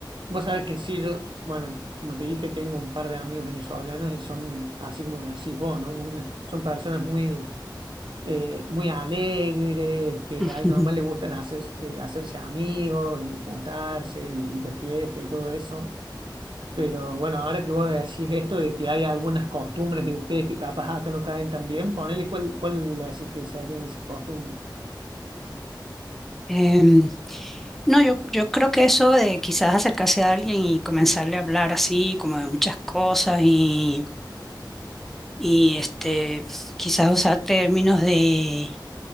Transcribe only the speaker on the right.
vos sabés que sí, yo, bueno, como te dije, tengo un par de amigos venezolanos y son, así como me decís vos, ¿no? Una- son personas muy, eh, muy alegres, que
ahí nomás les gustan hacer, eh, hacerse amigos y juntarse y ir de fiesta y todo eso. Pero bueno, ahora que vos decís esto de que hay algunas costumbres de ustedes que capaz acá no caen tan bien, ponele cuál, cuál le decís que serían esas costumbres.